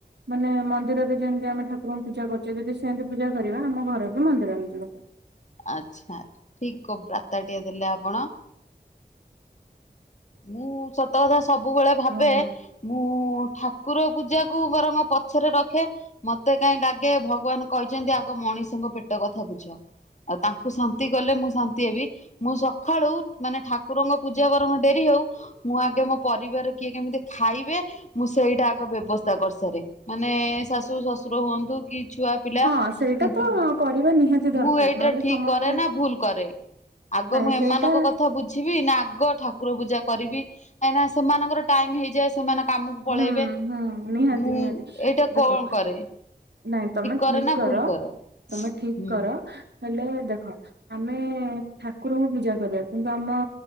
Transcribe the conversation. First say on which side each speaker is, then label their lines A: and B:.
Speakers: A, on the right (about 85°); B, on the left (about 45°).
A: ମାନେ ମନ୍ଦିରରେ ଯେମିତି ଆମେ ଠାରଙ୍କୁ ପୂଜା କରୁଚେ ଯଦି ସେମିତି ପୂଜା କରିବା ଆମ ଘର ବି ମନ୍ଦିର ହେଇଯିବ।
B: ଆଚ୍ଛା ଠିକ କ ବାର୍ତ୍ତା ଟିଏ ଦେଲେ ଆପଣ। ମୁଁ ସତ କଥା ସବୁବେଳେ ଭାବେ
A: ଓହୋ।
B: ମୁଁ ଠାକୁର ପୂଜା ଙ୍କୁ ବରଂ ପଛରେ ରଖେ ମତେ କାଇଁ ଲାଗେ ଭଗବାନ କଇଚନ୍ତି ଆଗ ମଣିଷଙ୍କ ପେ ଟ କଥା ବୁଝ ଆଉ ତାଙ୍କୁ ଶାନ୍ତି କଲେ ମୁଁ ଶାନ୍ତି ହେବି ମୁଁ ସଖାଳୁ ମାନେ ଠା କୁରଙ୍କ ପୂଜା ବରଙ୍ଗ ଡେରି ହଉ। ମୁଁ ଆଗେ ମୋ ପରିବାର କିଏ କେମିତି ଖାଇବେ ମୁଁ ସେଇଟା ଆଗ ବ୍ୟବସ୍ଥା କରିସାରେ। ମାନେ ଶାଶୁ ଶ୍ୱଶୁର ହୁଅନ୍ତୁ କି ଛୁଆ ପିଲା
A: ହଁ ସେଇଟା
B: କିନ୍ତୁ
A: ତ କରିବା ନିହାତି ଦରକାର
B: ମୁଁ ଏଇଟା
A: ନହେଲେ
B: ଠିକ
A: ସମସ୍ତେ
B: କରେ ନା ଭୁଲ କରେ ଆଗ
A: ନାଇଁ
B: ମୁଁ ଏମାନଙ୍କ
A: ସେଇଟା
B: କ ଥା ବୁଝିବି ନା ଆଗ ଠାକୁର ପୂଜା କରିବି କାହିଁକିନା ସେମାନଙ୍କର ଟାଇମ ହେଇଯାଏ ସେମାନେ କାମୁକୁ
A: ହୁଁ
B: ପଳେଇବେ
A: ହୁଁ ନିହାତି
B: ମୁଁ
A: ନିହାତି
B: ଏଇଟା କଣ
A: ଦେଖ
B: କରେ?
A: ନାଇଁ ତମେ
B: କରେ
A: ଠିକ
B: ନା
A: କର
B: ଭୁଲ କରେ
A: ତମେ ଠିକ
B: ହୁଁ।
A: କର ହେଲେ ଦେଖ ଆମେ ଠାକୁରଙ୍କୁ ପୂଜା କରିବା କିନ୍ତୁ ଆମ